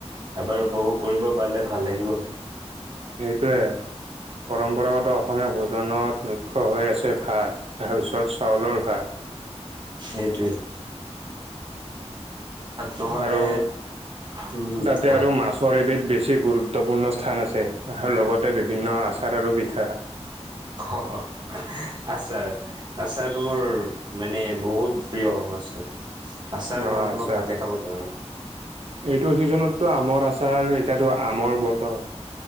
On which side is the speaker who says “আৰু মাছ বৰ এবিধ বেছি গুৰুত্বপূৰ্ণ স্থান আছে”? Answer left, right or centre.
Right